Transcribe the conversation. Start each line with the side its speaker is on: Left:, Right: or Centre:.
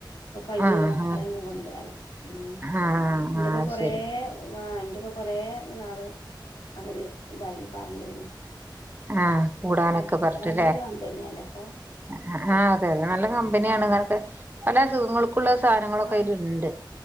Left: അപ്പൊ കയ്യൂല
Right: ആഹ്
Left: മക്കളെ
Right: ആഹ്
Left: ഒന്നും കൊണ്ടരാന് മ്മ്
Right: ആഹ് ആഹ്
Left: ന്റെപ്പം
Right: അത്
Left: കൊറേ
Right: ശരി
Left: ആ ന്റെപ്പൊ കൊറേ നാള് അവര് ഇതായിന് പറഞ്ഞിരുന്നു
Right: ആഹ് കൂടാനൊക്കെ
Left: ആ
Right: പറഞ്ഞിട്ട്ല്ലേ
Left: നല്ലൊരു കമ്പനിയാല്ലേ അപ്പൊ
Right: അ ആഹ് അതെ അതെ നല്ല കമ്പനിയാണ് അങ്ങനൊക്കെ പല അസുഖങ്ങൾ ക്കുള്ള സാധനങ്ങളൊക്കെ
Left: ആ
Right: അതിലിണ്ട്